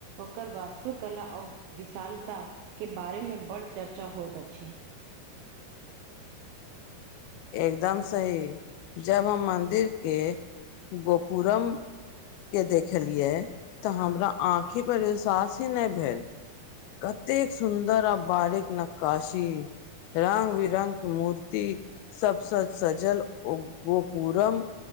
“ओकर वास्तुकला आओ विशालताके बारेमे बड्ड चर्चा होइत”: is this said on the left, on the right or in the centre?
Right